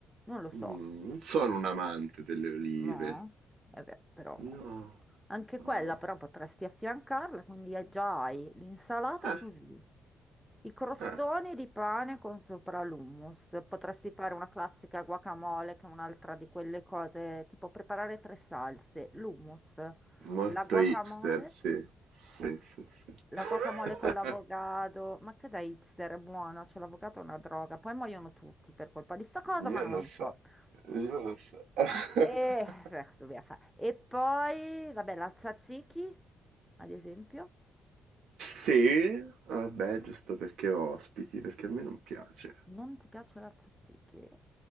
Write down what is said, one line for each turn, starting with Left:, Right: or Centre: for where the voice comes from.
Centre: non lo so.
Right: mh, non sono un amante delle olive.
Centre: No, Eh beh, però
Right: No,
Centre: anche quella
Right: no.
Centre: però potresti affiancarla, quindi hai- già hai l'insalata
Right: Ah,
Centre: così, i crostoni
Right: ah,
Centre: di pane con sopra l'hummus, potresti fare una classica guacamole che è un'altra di quelle cose, tipo preparare tre salse, l'hummus,
Right: molto
Centre: la guacamole,
Right: hipster, sì. Sì, sì, sì.
Centre: la
Right: <laughs>
Centre: guacamole con l'avogado, ma che da hipster è buona, cioè l'avogado è una droga, poi muoiono tutti per colpa di sta cosa, ma
Right: Io
Centre: non
Right: lo
Centre: importa.
Right: so, io lo so. <laughs>
Centre: E, beh, dobbiamo fare. E poi, vabbè, la tzatziki, ad esempio.
Right: Sì, vabbè, giusto perché ho ospiti, perché a me non piace.
Centre: Non ti piace la tzatziki?